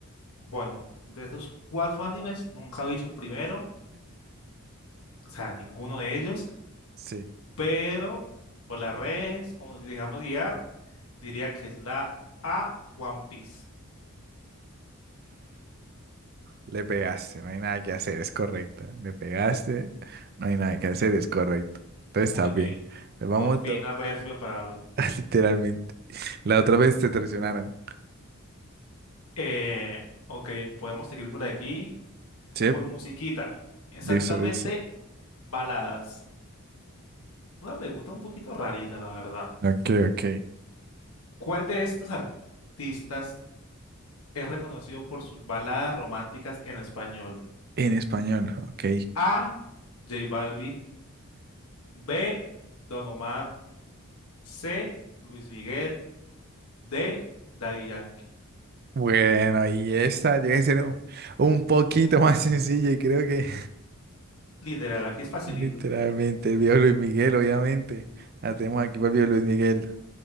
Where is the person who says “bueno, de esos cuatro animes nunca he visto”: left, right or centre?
Left